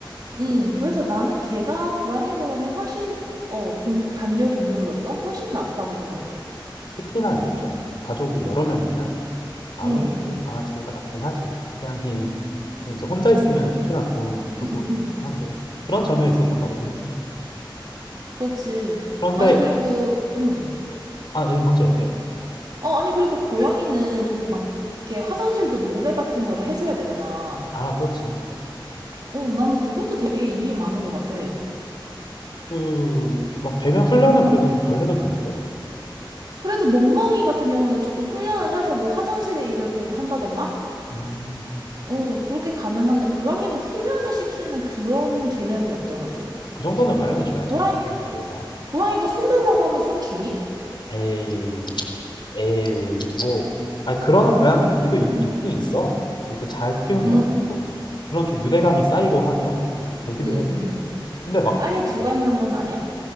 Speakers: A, on the right; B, on the left.
A: 음,
B: 특-
A: 그래서 나는 걔가 고양이보다는 훨씬, 어, 동, 반려동물로서 훨씬 낫다고 생각해.
B: 특히나 이제 좀 가족이 여러 명이면 아무래도
A: 음,
B: 강아지가 낫긴 하지. 고양이는 이제 혼자 있으면 특히나 좋은, 더
A: 음,
B: 좋을
A: 음.
B: 수 있긴 한데. 그런 점에 있어서는 나도 인정.
A: 그렇지.
B: 그런데,
A: 아니, 그리고, 음.
B: 아, 얘기 먼저 얘기해.
A: 어, 아니, 그리고 고양이는 저기 막, 이렇게 화장실도 모래 같은 거를 해줘야 되잖아.
B: 아, 그렇지.
A: 어, 나는 그것도 되게 일이 많은 것 같아.
B: 그, 막 배변 훈련은 그래도 좀 덜 해도 되는데.
A: 그래도 멍멍이 같은 경우는 조금 훈련을 해서 뭐 화장실의 일을 보게 한다던가?
B: 음,
A: 어, 그렇게 가능한데, 고양이는 훈련을 시키는 그런 개념이 없잖아, 좀.
B: 그 정도는 마련해 줘야지.
A: 고양이,
B: 위해서.
A: 고양이가 손 달라고 하면 손 주니?
B: 에이. 에이, 뭐, 아, 그러나 고양이도 있, 긴 있어. 이렇게 잘 키우면,
A: 음,
B: 또 그런 좀 유대감이 쌓이고 하면 이게 또 되기도
A: 음, 음.
B: 해. 근데 막,
A: 아예 불가능한
B: 뭐,
A: 건 아니야?